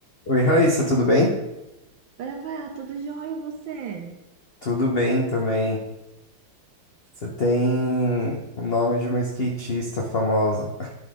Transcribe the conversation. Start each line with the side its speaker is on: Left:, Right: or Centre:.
Left: Oi, Raíssa, tudo bem?
Right: Oi, Rafael, tudo jóia e você?
Left: Tudo bem também. Você tem o nome de uma skatista famosa.